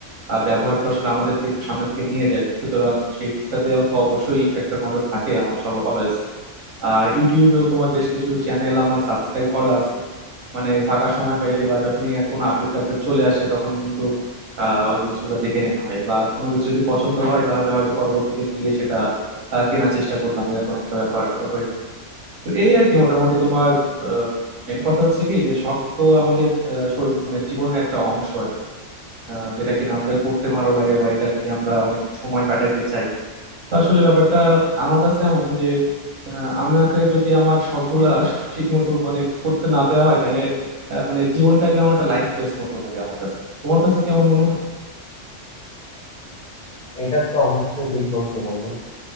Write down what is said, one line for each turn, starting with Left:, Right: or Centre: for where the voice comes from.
Right: আহ, ব্যবহার তো আসলে আমাদেরকে একটু সামনের দিকে নিয়ে যায় সুতরাং সেই দিকটাতেও তো অবশ্যই একটা নজর থাকে আমার সব অলওয়েজ আর ইউটিউবেও তোমার বেশ কিছু চ্যানেল আমার সাবস্ক্রাইব করা আছে মানে ফাঁকা সময় পাইলে বা যখনই এক কোনো আপডেট টাপডেট চলে আসে তখনই কিন্তু আহ ওই জিনিসগুলো দেখে নেওয়া হয় বা কোনো কিছু যদি পছন্দ হয় তাহলে হয়তো পরবর্তীতে গিয়ে সেটা আহ, কেনার চেষ্টা করলাম এরকম একটা ব্যাপার হয়ে থাকে তো এই আর কি মোটামুটি তোমার মেন কথা হচ্ছে কি যে শখ তো আমাদের আহ, শরীর- মানে জীবনের একটা অংশ আর কি। আহ, যেটা কিনা আমাদের করতে ভালো লাগে বা এটা নিয়ে আমরা অনেক সময় কাটাইতে চাই তো আসলে ব্যাপারটা আমার কাছে এমন যে আহ, আমাকে যদি আমার শখ গুলা সঠিক মতো মানে করতে না দেওয়া হয় তাহলে আহ, মানে জীবনটাকে আমার একটা লাইফলেস মতো লাগে আমার কাছে তোমার কাছে কেমন মনে হয়
Left: এটা তো অবশ্যই ঠিক বলছো বন্ধু